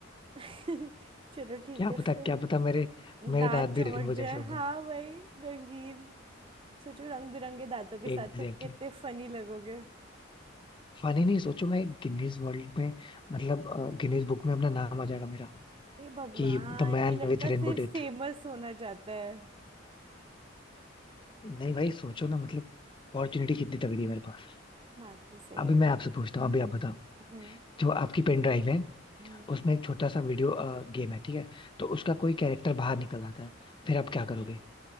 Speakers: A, on the right; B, on the left.
A: <laughs> चलो ठीक
B: क्या
A: है फिर
B: पता क्या पता मेरे मेरे
A: दांत
B: दांत भी
A: चमक
B: रेनबो
A: जाए
B: जैसे हो
A: हाँ
B: जाए
A: भाई रंगीन सोचो रंग बिरंगे दांतों के साथ
B: एग्जैक्टली
A: तुम कितने फनी लगोगे
B: फनी नहीं सोचो मैं गिनीज वर्ल्ड में मतलब गिनीज बुक में अपना नाम आ जाएगा मेरा
A: ये भगवान
B: कि the man
A: ये लड़का
B: with
A: सिर्फ
B: rainbow teeth
A: फेमस होना चाहता है
B: नहीं भाई सोचो ना मतलब अपॉर्चुनिटी कितनी तगड़ी है मेरे पास
A: बात तो सही
B: अभी
A: है
B: मैं
A: वैसे
B: आपसे पूछता हूँ अभी आप बताओ
A: हम्म
B: जो आपकी पेन ड्राइव है
A: हम्म
B: उसमें एक छोटा सा वीडियो गेम है ठीक है तो उसका कोई कैरेक्टर बाहर निकल आता है फिर आप क्या करोगे